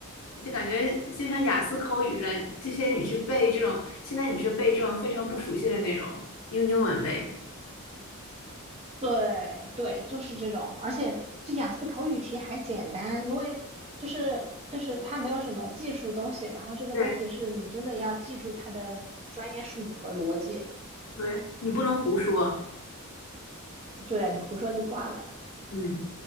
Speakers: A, on the left (about 75°); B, on the right (about 30°).
A: 就感觉就像雅思口语似的，这些你去背这种，现在你去背这种非常不熟悉的内容，用英文背。
B: 对对，就是这种，而且这雅思口语题还简单，因为就是就是它没有什么技术东西，然后这个东西是你真的要记住它的专业术语和逻辑，
A: 对对，你不能胡说。
B: 对，你胡说就挂了。
A: 嗯，